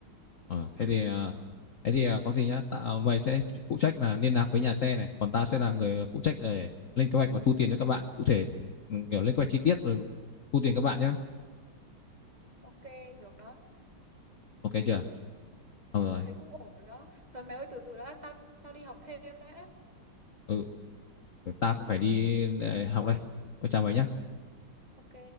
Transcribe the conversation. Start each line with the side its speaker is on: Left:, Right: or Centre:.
Left: Ờ, thế thì à, thế thì à, có gì nhá ta, mày sẽ phụ trách là liên lạc với nhà xe này còn ta sẽ là người phụ trách để lên kế hoạch và thu tiền cho các bạn cụ thể ừ, kiểu lên kế hoạch chi tiết rồi thu tiền các bạn nhá
Right: Ok, được đó.
Left: ok chưa ờ rồi.
Right: Tao thấy cũng ổn rồi đó. Thôi mày ơi từ từ đã, tao tao đi học thêm đã.
Left: ừ, ta cũng phải đi ờ, học đây Ôi, chào mày nhá
Right: Ok.